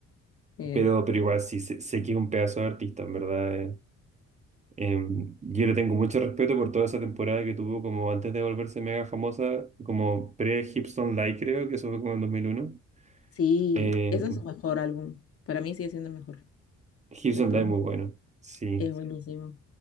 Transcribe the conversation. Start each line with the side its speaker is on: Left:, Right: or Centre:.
Left: eh,
Right: pero, pero igual sí sé, sé que es un pedazo de artista, en verdad. eh. Em, yo le tengo mucho respeto por toda esa temporada que tuvo como antes de volverse mega famosa, como pre-Hipson Live, creo, que eso fue como en 2001.
Left: Sí,
Right: Eh,
Left: ese es su mejor álbum. Para mí sigue siendo el mejor
Right: Hipson
Left: de todos.
Right: Live muy bueno, sí.
Left: Es buenísimo.